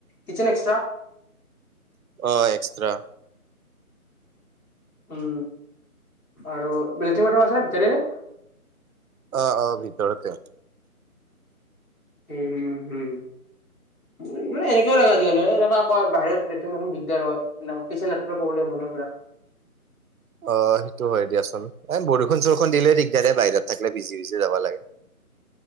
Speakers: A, on the left; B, on the right.
A: Kitchen extra?
B: অঁ! এক্সট্ৰা।
A: উম! আৰু লেট্ৰিন-বাথৰূম আছেনে ভিতৰতে নে?
B: অঁ, অঁ! ভিতৰতে।
A: উম, উম উম, মানে এনে লাগে আজিকালি। এনেুৱ ক বাহিৰ লেট্ৰিন দিগদাৰ হয় এ প্ৰবলেম হল এইবাক!
B: অ সেইটো হয় দিয়াচোন এ বৰষুণ চৰষুণ দিলে দিগদাৰ বাহিৰত থাকিলে ভিজি ভিজি যাব লাগে।